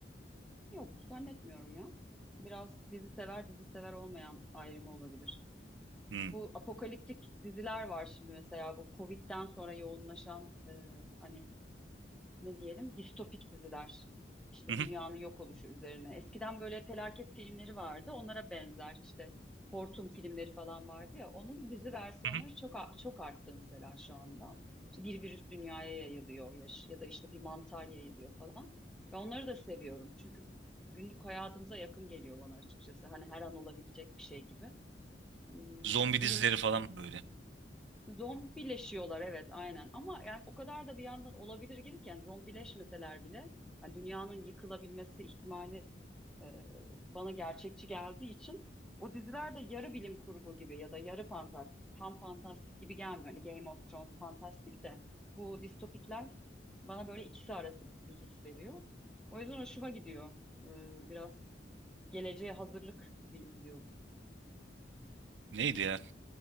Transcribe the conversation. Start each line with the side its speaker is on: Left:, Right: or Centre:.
Centre: yok zannetmiyorum ya. Biraz dizi sever dizi sever olmayan ayrımı olabilir.
Right: Hmm.
Centre: Bu apokaliptik diziler var şimdi mesela bu Covid'den sonra yoğunlaşan e, hani ne diyelim distopik diziler. İşte
Right: Hı hı,
Centre: dünyanın yok oluşu üzerine. Eskiden böyle felaket filmleri vardı. Onlara benzer işte hortum filmleri falan vardı ya. Onun dizi versiyonları
Right: hı hı.
Centre: çok a- çok arttı mesela şu anda. İşte bir virüs dünyaya yayılıyor ya, ya da işte bir mantar yayılıyor falan. Ve onları da seviyorum. Çünkü günlük hayatımıza yakın geliyor bana açıkçası. Hani her an olabilecek bir şey gibi. Hmm,
Right: Zombi
Centre: Bilim
Right: dizileri falan böyle.
Centre: Zombileşiyorlar evet aynen ama yani o kadar da bir yandan olabilir gibi ki yani zombileşmeseler bile hani dünyanın yıkılabilmesi ihtimali e, bana gerçekçi geldiği için o diziler de yarı bilim kurgu gibi ya da yarı fantastik tam fantastik gibi gelmiyor. Hani Game of Thrones fantastik de bu distopikler bana böyle ikisi arası bir his veriyor. O yüzden hoşuma gidiyor. Ee, biraz geleceğe hazırlık gibi izliyorum.
Right: Neydi ya?